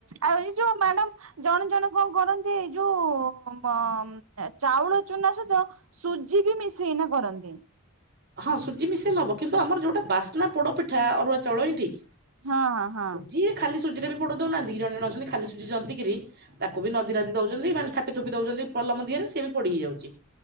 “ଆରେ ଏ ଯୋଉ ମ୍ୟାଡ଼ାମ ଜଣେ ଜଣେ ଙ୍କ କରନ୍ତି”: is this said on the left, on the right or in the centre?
Right